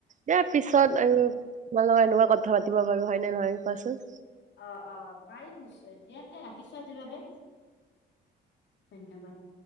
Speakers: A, on the right; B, on the left.
A: দে পিছত আৰু তোমাৰ লগত এনেকুৱা কথা পাতিব পাৰোঁ হয় নে নহয় কোৱাচোন?
B: অহ' অহ' পাৰিম নিশ্চয় এতিয়া কে ৰাখিছো আজিৰ বাবে, ধন্যবাদ।